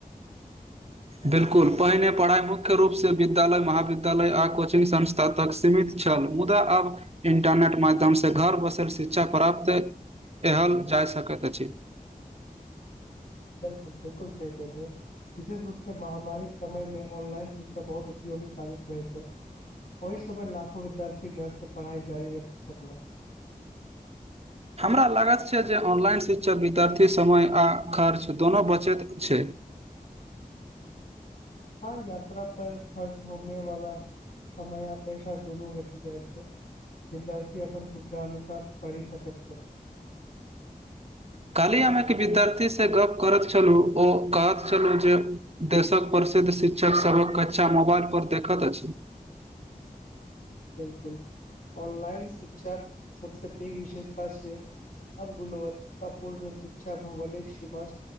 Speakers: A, on the left; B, on the right.
A: ह
B: बिलकुल पहिने पढ़ाइ मुख्य रूपसँ विद्यालय महाविद्यालय आ कोचिङ्ग संस्था तक सीमित छल मुदा आब इंटरनेट माध्यम से घर बसल शिक्षा प्राप्त एहल जा सकैत अछि
A: बिलकुल बिल्कल सही कहिलियौ विशेष रूप से महामारी के समय में ऑनलाइन शिक्षा बहुत उप उपयोगी साबित भेल छै ओहि समय लाखो विद्यार्थी घर से पढ़ाई जारी रखी सकला
B: हमरा लागत छै जे ऑनलाइन शिक्षक विद्यार्थी समय आ खर्च दुनो बचैत छै
A: हँ यात्रा पर खर्च होने वला समय आ पेशा दुनू बचि जाइत छै विद्यार्थी अपन सुविधा अनुसार पढ़ि सकैत छथि
B: कालही हम एक विद्यार्थी से गप करैत छलु ओ कहैत छलु जे देशक प्रसिद्ध शिक्षक सभक कक्षा मोबाइलपर देखत अछि
A: बिल्कुल ऑनलाइन शिक्षा सबसे पेघ विशेषता छय ब गुणवत्त पूर्ण शिक्षा भौगोलिक सीमा